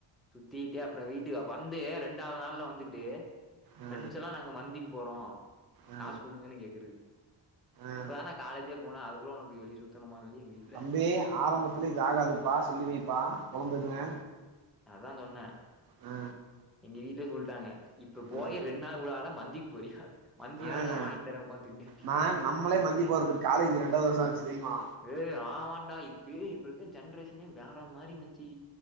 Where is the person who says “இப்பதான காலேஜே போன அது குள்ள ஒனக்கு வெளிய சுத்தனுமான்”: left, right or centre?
Centre